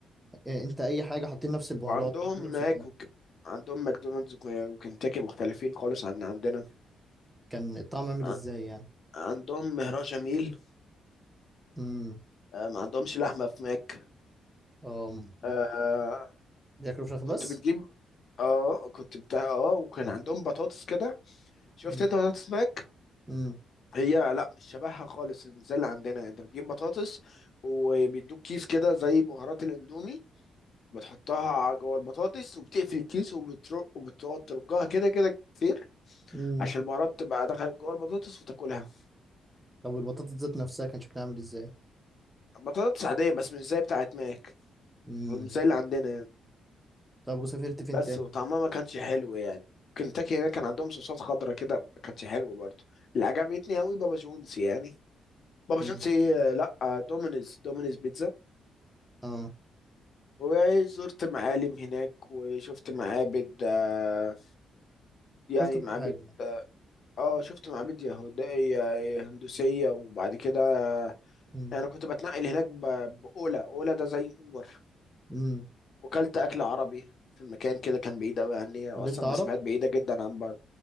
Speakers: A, in the centre; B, on the left.
A: يعني أنت أي حاجة حاطين نفس البهارات
B: وعندهم
A: حاطين نفس
B: ماك
A: الحاجة
B: وك... عندهم ماكدونالدز وك- وكنتاكي مختلفين خالص عن عندنا
A: كان الطعم عامل
B: ع-
A: إزاي يعني؟
B: عندهم مهراج جميل
A: امم
B: آه، ما عندهمش لحمه في ماك
A: اه م-
B: آه،
A: بياكلوا فراخ
B: كنت
A: بس؟
B: بتجيب اه كنت بتاع اه وكان عندهم بطاطس كده شفت
A: امم
B: انت بطاطس ماك
A: امم
B: هي لا مش شبهها خالص زي اللي عندنا انت بتجيب بطاطس وبيدوك كيس كده زي بهارات الاندومي بتحطها على جوه البطاطس وبتقفل الكيس وبتر- وبتقعد ترجها كده كده كتير
A: امم
B: عشان البهارات تبقى دخلت جوه البطاطس وتاكلها
A: طب والبطاطس ذات نفسها كان شكلها عامل ازاي
B: بطاطس عادية بس مش زي بتاعت ماك
A: امم
B: مش زي اللي عندنا يعني
A: طب وسافرت فين
B: بس
A: تاني
B: وطعمها ما كانش حلو يعني كنتاكي هنا كان عندهم صوصات خضرا كده ما كانتش حلوة برضه اللي عجبتني قوي بابا جونز يعني بابا
A: امم
B: جونز ايه لا دومينيز دومينيز بيتزا
A: اه
B: وزرت معالم هناك وشفت معابد آه، يعني
A: شفت كل
B: معابد
A: حاجه يعني
B: اه شفت معابد يهودية هندوسية وبعد كده
A: امم
B: يعني انا كنت بتنقل هناك ب- بأولا أولا ده زي أوبر
A: امم
B: وكلت اكل عربي في مكان كده كان بعيد قوي عني اصلا
A: قابلت عرب
B: مسافات بعيده جدا عن بعض